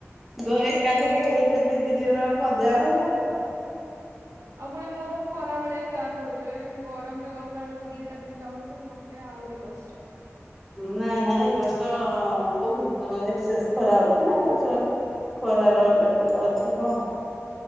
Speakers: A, in the centre; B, on the right (about 75°).
A: ଦ ଏକାଥରିକେ ଏଟା ଦି ଦି ଦି ଜଣ ମଜା ବାହାରିବ।
B: ଆଉ ପୁଣି ମୋର ଖରା ବେଳିଆ କ୍ଲାସ୍ ରହୁଚି ଏ ଗରମରେ ଗଲା ବେଳକୁ ଦିଟା ତିନିଟା ବେଳକୁ ମତେ ଆହୁରି କଷ୍ଟ।
A: ନାଇଁ ନାଇଁ ଏ ବର୍ଷ ବୋହୁତ ଏକସେସସ୍ ଖରା ହୋଉଚି ନା। ଚ ଖରାର
B: ହୁଁ
A: ଲେବଲଟା ଅଛି <unintelligible>